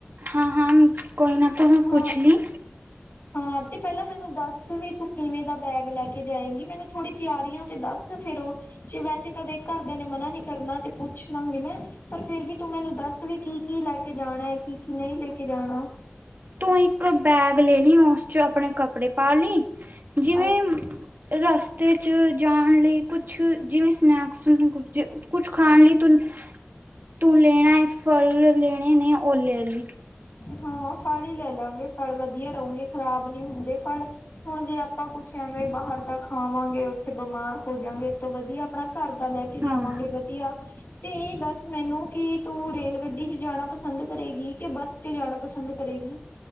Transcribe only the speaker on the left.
ਹਾਂ
ਹਾਂ ਤੇ ਪਹਿਲਾਂ ਮੈਨੂੰ ਦੱਸ ਵੀ ਤੂੰ ਕਿਵੇਂ ਦਾ ਬੈਗ ਲੈ ਕੇ ਜਾਏਂਗੀ? ਮੈਨੂੰ ਥੋੜ੍ਹੀ ਤਿਆਰੀਆਂ ਤੇ ਦੱਸ? ਫੇਰ ਉਹ ਜੇ ਵੈਸੇ ਤਾਂ ਦੇ ਘਰਦਿਆਂ ਨੇ ਮਨਾ ਨੀ ਕਰਨਾ ਤੇ ਪੁੱਛ ਲਾਂਗੀ ਮੈਂ ਪਰ ਫੇਰ ਵੀ ਤੂੰ ਮੈਨੂੰ ਦੱਸ। ਵੀ ਕੀ ਕੀ ਲੈ ਕੇ ਜਾਣਾ ਹੈ ਕੀ ਕੀ ਨਹੀਂ ਲੈ ਕੇ ਜਾਣਾ।
ਅੱਛਾ
ਹਾਂ ਫਲ ਹੀ ਲੈ ਲਾਂਗੇ ਫਲ ਵਧੀਆ ਰਹੁਂਗੇ ਖ਼ਰਾਬ ਨੀ ਹੁੰਦੇ ਫਲ। ਹੁਣ ਜੇ ਆਪਾਂ ਕੁਛ ਐਵੇਂ ਬਾਹਰ ਦਾਅ ਖਾਵਾਂਗੇ, ਉੱਥੇ ਬਮਾਰ ਹੋ ਜਾਂਗੇ ਇਹ ਤੋਂ ਵਧੀਆ ਆਪਣਾ ਘਰ ਦਾ ਲੈ ਕੇ ਜਾਵਾਂਗੇ
ਵਧੀਆ ਤੇ ਇਹ ਦੱਸ ਮੈਨੂੰ ਕਿ ਤੂੰ ਰੇਲ ਗੱਡੀ ਚ ਜਾਣਾ ਪਸੰਦ ਕਰੇਗੀ ਕਿ ਬੱਸ ਚ ਜਾਣਾ ਪਸੰਦ ਕਰੇਗੀ।